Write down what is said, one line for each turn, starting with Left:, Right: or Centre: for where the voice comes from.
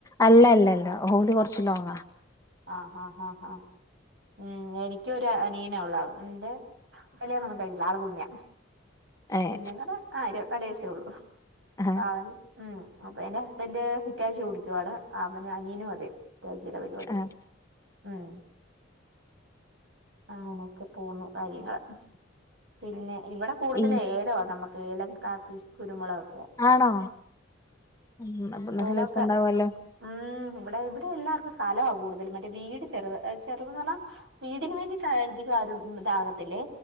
Left: അല്ല അല്ല അല്ല ഓല് കൊറച്ച് ലോങ്ങാ.
Right: ആഹ് ആഹ് ആഹ് ഹഹ് ഉം എനികൊരു അനിയനാ ഉള്ളേ ഇന്റെ കല്ല്യാണൊന്നും കഴിഞ്ഞില്ല ആള് കുഞ്ഞ.
Left: ഏഹ്
Right: കുഞ്ഞന്നറ ആ ര് രൂവസേ ഉള്ളു
Left: ആഹ്
Right: പാവൻ അപ്പൊ എന്റെ ഹസ്ബന്ഡ് ഹിറ്റാച്ചി കോടിക്കുവയാണ് അമ്മന അനിയനും അതെ ഹിറ്റാച്ചിയുടെ പരിപാടി.
Left: ആഹ്
Right: ഉം അങ്ങനെയൊക്കെ പോന്നുന്നു കാര്യങ്ങള് പിന്നെ ഇവിടെ കൂടുതൽ
Left: ഈ
Right: ഏലോവാ നമക്ക് ഏലം കാപ്പി കുരുമുളക്
Left: ആണോ ഉം അപ്പന്നല്ലരസുണ്ടാവല്ലോ?
Right: ഏലൊക്കെ ഉം ഇവിടെ ഇവിടെ എല്ലാർക്കും സ്ഥലാ കൂടുതൽ മറ്റേ വീട് ചെറുത് ചെറുതന്നറഞ്ഞാ വീടിൻ വേണ്ടിട്ട് ആ ധികുംതാകത്തില്ലേ